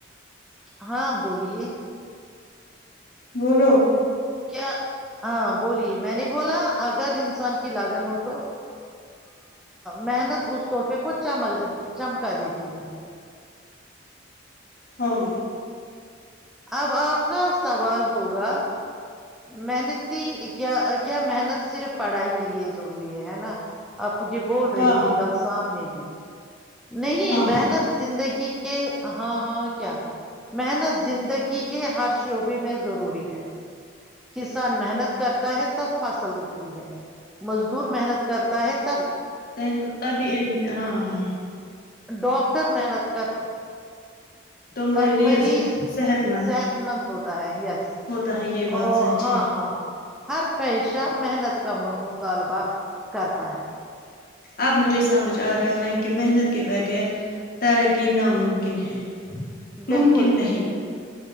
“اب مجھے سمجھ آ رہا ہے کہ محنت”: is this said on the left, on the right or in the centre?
Left